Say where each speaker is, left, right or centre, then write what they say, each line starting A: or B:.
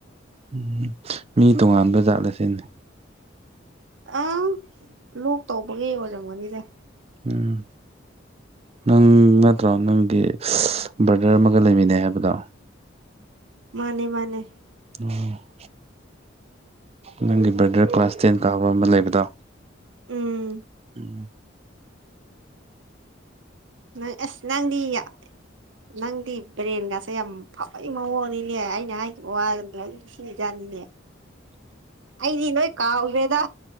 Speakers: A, on the right (about 30°); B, on the right (about 75°).
A: ꯎꯝ ꯃꯤ ꯇꯣꯉꯥꯟꯕ ꯖꯥꯠꯂ ꯁꯤꯅꯤ
B: ꯑꯪ ꯂꯣꯛ ꯇꯧꯕꯒꯤ ꯑꯣꯏꯔꯝꯒꯅꯤꯗ
A: ꯎꯝ ꯅꯪ ꯅꯠꯇ꯭ꯔꯣ ꯅꯪꯗꯤ ꯕ꯭ꯔꯗꯔ ꯑꯃꯒ ꯂꯩꯃꯤꯟꯅꯩ ꯍꯥꯏꯕꯗꯣ
B: ꯃꯥꯅꯦ ꯃꯥꯅꯦ
A: ꯑꯣ ꯅꯪꯒꯤ ꯕ꯭ꯔꯗꯔ ꯀ꯭ꯂꯥꯁ ꯇꯦꯟ ꯀꯥꯕ ꯑꯃ ꯂꯩꯕꯗꯣ
B: ꯎꯝ
A: ꯎꯝ
B: ꯅꯡ ꯑꯁ ꯅꯪꯗꯤ ꯌ ꯅꯪꯗꯤ ꯕ꯭ꯔꯦꯟꯒꯥꯁꯦ ꯌꯥꯝ ꯐꯕꯩ ꯃꯑꯣꯡꯅꯤꯅꯦ ꯑꯩꯅ ꯍꯥꯏꯈꯤꯕ ꯋꯥꯒꯗꯣ ꯅꯤꯁꯤꯡꯉꯤ ꯖꯥꯠꯅꯤꯅꯦ ꯑꯩꯗꯤ ꯂꯣꯏ ꯀꯥꯎꯒꯔ꯭ꯦꯗꯥ